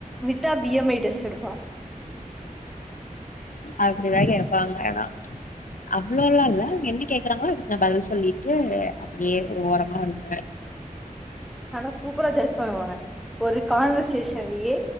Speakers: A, in the centre; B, on the left (about 70°).
A: விட்டா பி எம் ஐ டெஸ்ட் எடுப்பா
B: அப்டிதா கேப்பாங்க ஆனா அவ்ளோளா இல்ல என்ன கேக்குறாங்களோ அதுக்கு நா பதில் சொல்லிட்டு அப்டியே ஒரு ஓரமா வந்துருவே.
A: ஆனா சூப்பரா ஜட்ஜ் பண்ணுவாங்க ஒரு கான்வர்சேஷன்லயே